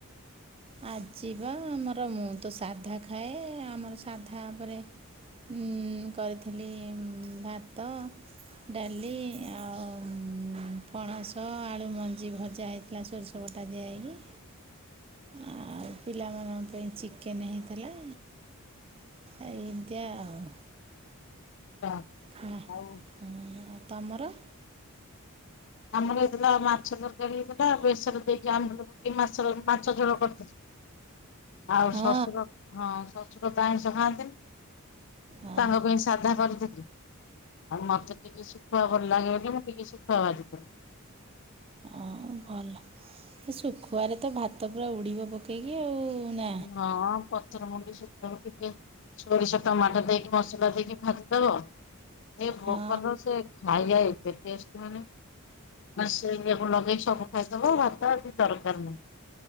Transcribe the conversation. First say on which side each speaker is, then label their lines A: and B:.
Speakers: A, on the right; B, on the left.
A: ଆଜି ବା ଆମର ମୁଁ ତ ସାଧା ଖାଏ ଆମର ସାଧା ଓପେରେ ହୁଁ କରିଥିଲି ଉଁ ଭାତ ଡାଲି ଆଉଁ ପଣସ ଆଳୁ ମଞ୍ଜି ଭଜା ହେଇ କିଲା ସୋରିଷ ବଟା ଦିଆ ହେଇକି। ଆଉ ପିଲାମାନଙ୍କ ପେଇଁ ଚିକେନେ ହେଇଥେଲା। ଆ ଏମତିଆ ଆଉ।
B: <unintelligible>
A: ହଁ
B: ଆଉ
A: ହଁ ତମର।
B: ଆମର ହେଇଥିଲା ମାଛ ତରକାରୀ ହେଇଥିଲା ବେସରେ ଦେଇକି ଆମ୍ବୁଲ ପ କେଇ ମାଛ ଝୋ ମାଛ ଝୋଳ କର <inaudible> ଆଉ
A: ହଁ
B: ଶଶୁର ହଁ ଶଶୁର ତ ଆଇଁଷ ଖାଆନ୍ତିନି।
A: ହଁ
B: ତାଙ୍କ ପେଇଁ ସାଧା କରିଥିଲି ଆଉ ମତେ ଟିକେ ଶୁଖୁଆ ଭଲ ଲାଗେ ବୋଲି ମୁଁ ଟିକେ ଶୁଖୁଆ ଭାଜିଥିଲି।
A: ହଁ ଭଲ ତ ସେ ଶୁଖୁଆରେ ତ ଭାତ ପୁରା ଉଡିବ ପ କେଇକି ଆଉ ନା
B: ହଁ ପଥରମୁଣ୍ଡି ଶୁ <unintelligible> ସୋରିଷ ଟମାଟୋ ଦେଇକି ମସଲା ଦେଇକି ଭାଜିଦବ। ଏ ବୋପା
A: ହଁ
B: ଲୋ ସେ ଖାଇଯାଏ। ଏ ଟେଷ୍ଟ ମାନେ ନା ସେଇଆକୁ ଲଗେଇ ସବୁ ଖାଇଦବ ଭାତ ଆଉ କିଛି ଦରକାର ନାହିଁ।